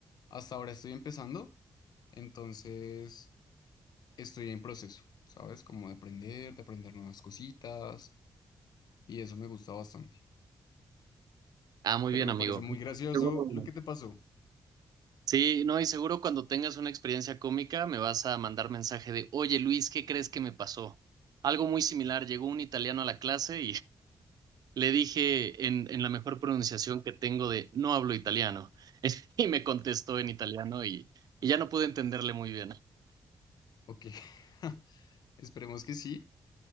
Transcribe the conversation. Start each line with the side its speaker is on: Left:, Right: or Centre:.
Left: hasta ahora estoy empezando, entonces estoy en proceso, ¿sabes? Como de aprender, de aprender nuevas cositas y eso me gusta bastante.
Right: Ah, muy
Left: Pero
Right: bien,
Left: me
Right: amigo.
Left: parece muy gracioso
Right: Seguro.
Left: lo que te pasó.
Right: Sí, no, y seguro cuando tengas una experiencia cómica me vas a mandar mensaje de, oye Luis, ¿qué crees que me pasó? Algo muy similar, llegó un italiano a la clase le dije en, en la mejor pronunciación que tengo de no hablo italiano. <laughs> Y me contestó en italiano y, y ya no pude entenderle muy bien.
Left: Ok, <laughs> esperemos que sí.